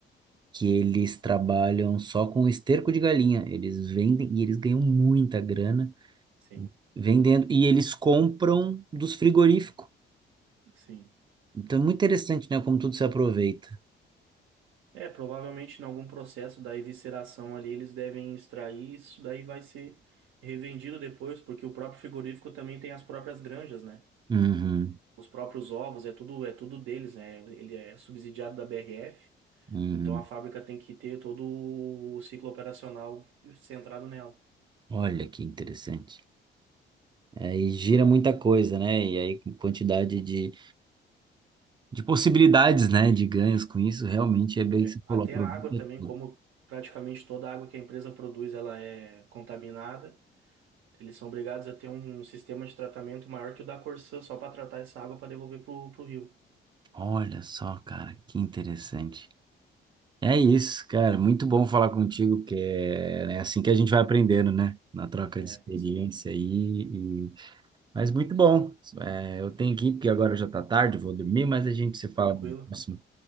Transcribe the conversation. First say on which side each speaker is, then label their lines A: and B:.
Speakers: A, on the right; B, on the right.
A: que eles trabalham só com esterco de galinha. Eles vendem e eles ganham muita grana
B: Sim,
A: vendendo, e eles compram dos frigoríficos.
B: sim.
A: Então é muito interessante, né? Como tudo se aproveita.
B: É, provavelmente em algum processo da evisceração ali eles devem extrair isso, daí vai ser revendido depois, porque o próprio frigorífico também tem as próprias granjas, né?
A: Uhum,
B: Os próprios ovos, é tudo, é tudo deles, né? Ele é subsidiado da BRF,
A: uhum.
B: então a fábrica tem que ter todo o ciclo operacional centrado nela.
A: Olha que interessante. Aí gira muita coisa, né? E aí quantidade de de possibilidades, né, de ganhos com isso, realmente é bem
B: É,
A: que você
B: Até
A: falou, aproveita
B: a água também,
A: tudo.
B: como praticamente toda a água que a empresa produz, ela é contaminada. Eles são obrigados a ter um sistema de tratamento maior que o da Corsã só para tratar essa água para devolver pro, pro rio,
A: Olha só, cara, que interessante. É isso, cara, muito bom falar contigo, que é, né, assim que a gente vai aprendendo, né, na troca
B: né?
A: de experiência
B: É isso aí.
A: aí, e... mas muito bom. É, eu tenho que ir, porque agora já tá tarde, vou dormir, mas a gente se fala
B: Tranquilo.
A: no próximo. tá